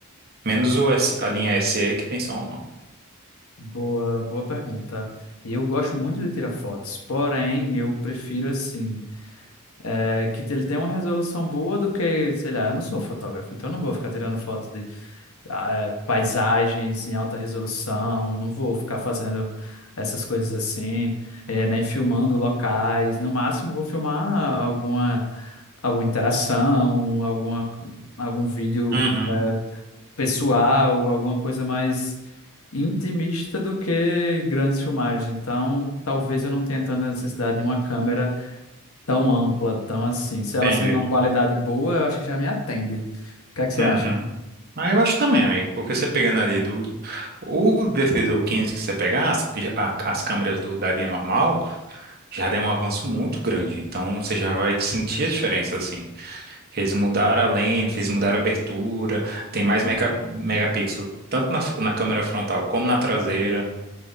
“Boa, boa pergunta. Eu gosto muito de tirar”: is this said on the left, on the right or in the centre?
Left